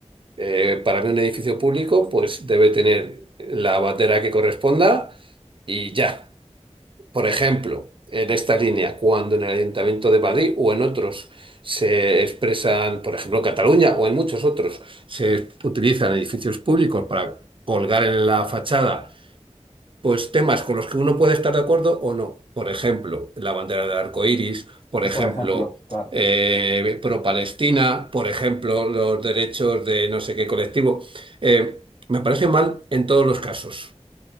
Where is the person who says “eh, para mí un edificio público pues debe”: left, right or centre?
Right